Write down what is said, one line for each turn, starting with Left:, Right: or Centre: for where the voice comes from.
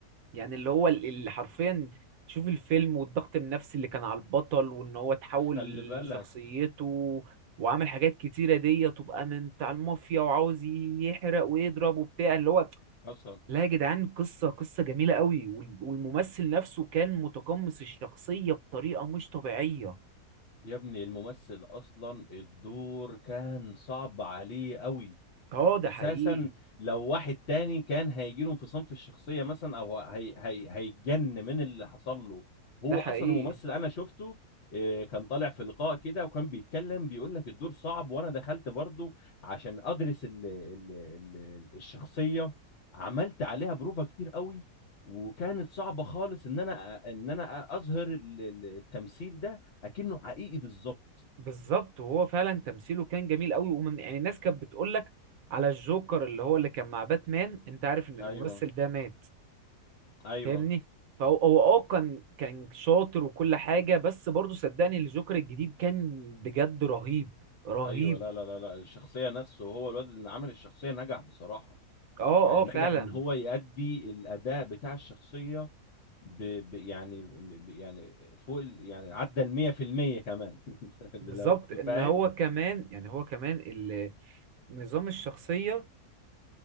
Right: يعني اللي هو ال- اللي حرفيا شوف الفيلم والضغط النفسي اللي كان على البطل وان هو تحول
Left: خلي بالك
Right: لشخصيته وعامل حاجات كتيره دي تبقى من بتاع المافيا وعاوز يحرق ويضرب وبتاع اللي هو
Left: حصل
Right: لا يا جدعان قصه قصه جميله قوي وال- والممثل نفسه كان متقمص الشخصيه بطريقه مش طبيعيه
Left: يا ابني الممثل اصلا الدور كان صعب عليه قوي
Right: اه ده
Left: اساسا
Right: حقيقي
Left: لو واحد تاني كان هيجي له انفصام في الشخصيه مثلا او هي هي هيتجن من اللي حصل له هو
Right: ده حقيقي
Left: اصلا الممثل انا شفته آه، كان طالع في لقاء كده وكان بيتكلم بيقول لك الدور صعب وانا دخلت برضه عشان ادرس ال ال ال الشخصيه عملت عليها بروفا كتير قوي وكانت صعبه خالص ان انا ان انا اظهر ال- ال- التمثيل ده اكنه حقيقي بالظبط
Right: بالظبط وهو فعلا تمثيله كان جميل قوي ومن يعني الناس كانت بتقول لك على الجوكر اللي هو اللي كان مع باتمان انت عارف ان الممثل
Left: ايوه
Right: ده مات
Left: ايوه
Right: فاهمني فهو هو اه كان كان شاطر وكل حاجه بس برضه صدقني الجوكر الجديد كان بجد رهيب رهيب
Left: ايوه لا لا لا لا الشخصيه نفسه هو الواد اللي عمل الشخصيه نجح بصراحه
Right: اه
Left: يعني
Right: اه فعلا
Left: نجح ان هو يأدي الاداء بتاع الشخصيه ب... ب... يعني ب... يعني فوق ال... يعني عدى ال 100% كمان <laughs> لو
Right: بالظبط
Left: كنت
Right: ان
Left: فاهم
Right: هو كمان يعني هو كمان ال- نظام الشخصيه